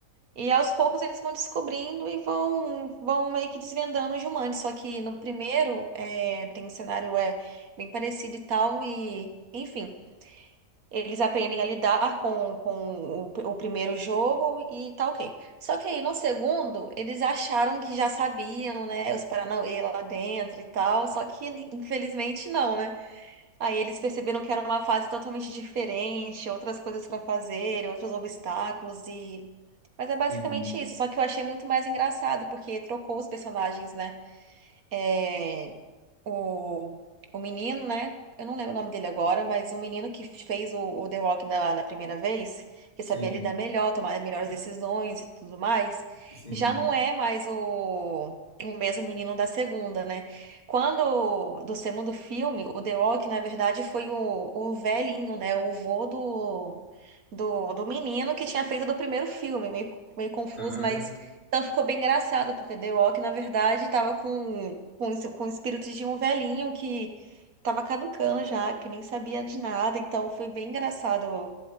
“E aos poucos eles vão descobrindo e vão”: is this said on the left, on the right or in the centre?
Right